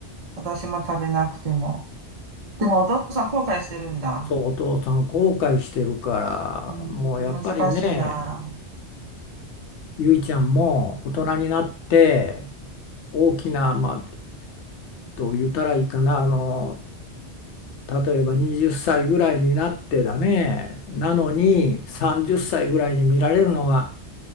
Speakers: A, on the right; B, on the left.
A: 私も食べなくても。でもお父さん後悔してるんだ。
B: そうお父さん後悔してるか
A: うん、
B: らもうやっぱりね
A: 難しいな。
B: ゆいちゃんも大人になって大きなまあどう言ったらいいかなあの例えば20歳ぐらいになってだね。なのに30歳ぐらいに見られるのが